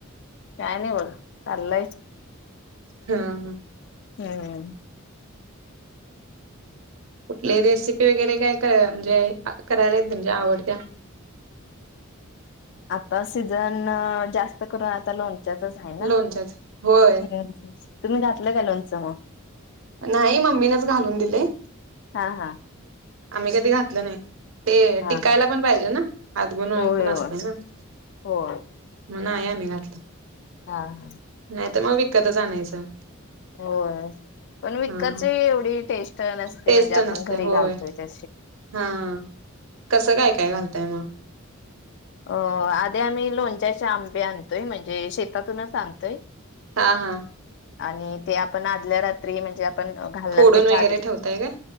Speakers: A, on the left (about 55°); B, on the right (about 65°).
A: काय नाही बोल चाल्लायच..
B: हा हा.
A: हम्.
B: कुठली रेसिपी वगैरे काय म्हणजे करायला येत म्हणजे आवडत्या.
A: आता सीझन जास्त करून आता लोन... त्यातच आहे ना.
B: लोणच्याच होय
A: तुम्ही घातलं का लोणचं मग
B: नाही मम्मीनेच घालून दिलेय
A: हा हा
B: आम्ही कधी घातलं नाही ते
A: हा
B: टिकायला पण पाहिजे ना हात गुण
A: होय
B: पण
A: होय
B: असत
A: होय
B: ना नाही आम्ही घातलं
A: हा ह
B: नाही तर मग विकतच आणायचं
A: होय पण विकतची
B: हा हा
A: एवढी टेस्ट नसते
B: टेस्ट
A: म्हणजे आपण
B: नसते
A: घरी
B: होय
A: घालतोय त्या
B: हा कसं काय काय घालताय मग
A: अ आधी आम्ही लोणच्याचे आंबे आणतोय म्हणजे शेतातूनच आणतोय
B: हा हा
A: आणि ते आपण आदल्या रात्री म्हणजे घालणार
B: फोडून
A: त्या
B: वगैरे ठेवताय काय?